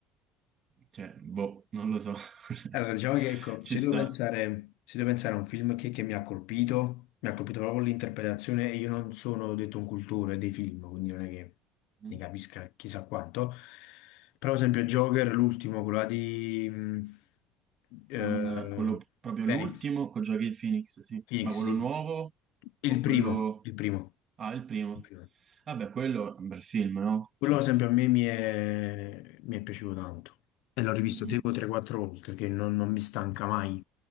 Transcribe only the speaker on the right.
cioè, boh, non lo so. <laughs>
Ci
sta.
Mm.
Con eh, quello proprio
l'ultimo, con Joaquin Phoenix, sì.
Ma quello
nuovo
o
quello...
Ah, il primo.
Vabbè, quello è un bel film, no?
Cioè...
mm,
mm.